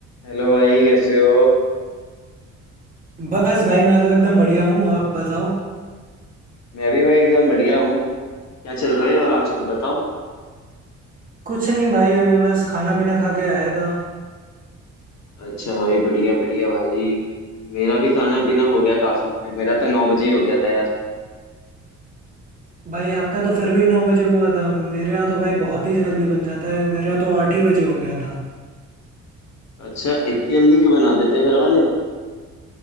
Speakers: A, on the left; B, on the right.
A: हेलो भाई कैसे हो
B: बस भाई मैं तो एकदम बढ़िया हूँ आप बताओ
A: मैं भी भाई एकदम बढ़िया हूँ क्या चल रहा है और आजकल बताओ
B: कुछ नहीं भाई अभी बस खाना पीना खा के आया था
A: अच्छा भाई बढ़िया बढ़िया भाई मेरा भी खाना पीना हो गया काफी लाइक मेरा तो नौ बजे ही हो गया था यार
B: भाई आपका तो फिर भी नौ बजे हुआ था मेरे यहाँ तो भाई बहुत ही जल्दी बन जाता है मेरे यहाँ तो आठ ही बजे हो गया था
A: अच्छा इतनी जल्दी क्यों बना देते घर वाले